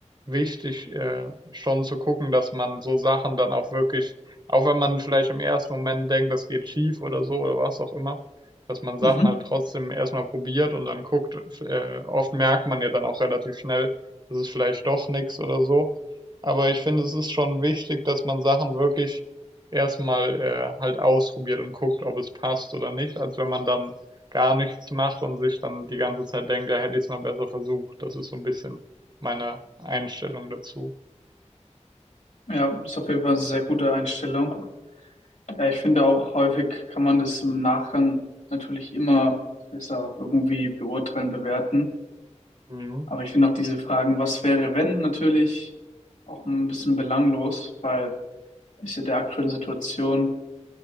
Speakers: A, on the right; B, on the left.
A: wichtig, äh, schon zu gucken, dass man so Sachen dann auch wirklich, auch wenn man vielleicht im ersten Moment denkt, das geht schief oder so oder was auch immer, dass man Sachen
B: Mhm.
A: halt trotzdem erstmal probiert und dann guckt. Äh, oft merkt man ja dann auch relativ schnell, das ist vielleicht doch nichts oder so. Aber ich finde, es ist schon wichtig, dass man Sachen wirklich erstmal äh, halt ausprobiert und guckt, ob es passt oder nicht, als wenn man dann gar nichts macht und sich dann die ganze Zeit denkt, ja, hätte ich es mal besser versucht. Das ist so ein bisschen meine Einstellung dazu.
B: Ja, ist auf jeden Fall eine sehr gute Einstellung. Ja, ich finde auch, häufig kann man das im Nachgang natürlich immer besser irgendwie beurteilen, bewerten.
A: Mhm.
B: Aber ich finde auch diese Fragen, was wäre, wenn, natürlich auch mal ein bisschen belanglos, weil es ja der aktuellen Situation